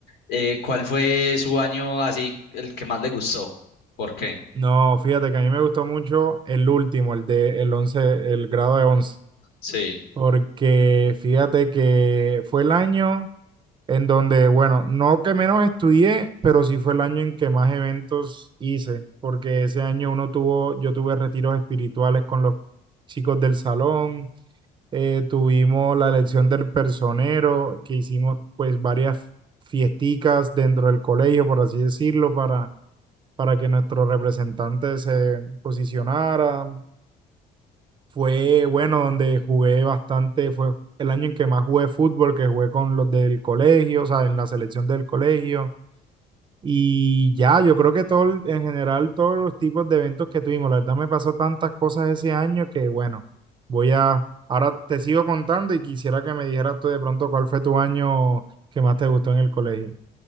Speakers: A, on the left (about 85°); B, on the right (about 30°).
A: eh, ¿cuál fue su año así el que más le gustó? ¿Por qué?
B: no, fíjate que a mí me gustó mucho el último, el de el 11, el grado de 11,
A: Sí.
B: porque fíjate que fue el año en donde, bueno, no que menos estudié, pero sí fue el año en que más eventos hice, porque ese año uno tuvo, yo tuve retiros espirituales con los chicos del salón eh, tuvimos la elección del personero, que hicimos pues varias fiesticas dentro del colegio, por así decirlo, para, para que nuestro representante se posicionara. Fue bueno, donde jugué bastante, fue el año en que más jugué fútbol, que jugué con los del colegio, o sea, en la selección del colegio. Y ya, yo creo que todo, el- en general, todos los tipos de eventos que tuvimos, la verdad me pasó tantas cosas ese año que bueno, voy a, ahora te sigo contando y quisiera que me dijeras tú de pronto cuál fue tu año que más te gustó en el colegio.